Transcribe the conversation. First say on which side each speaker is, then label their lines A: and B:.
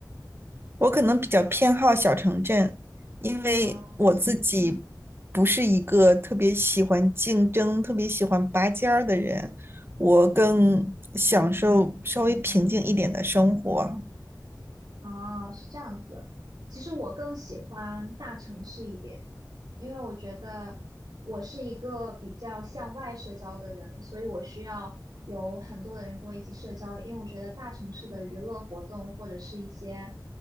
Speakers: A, on the right; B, on the right.
A: 我可能比较偏好小城镇，因为我自己不是一个特别喜欢竞争、
B: 啊？
A: 特别喜欢拔尖儿的人，我更享受稍微平静一点的生活。
B: 哦，是这样子。其实我更喜欢大城市一点，因为我觉得我是一个比较向外社交的人，所以我需要有很多的人跟我一起社交。因为我觉得大城市的娱乐活动或者是一些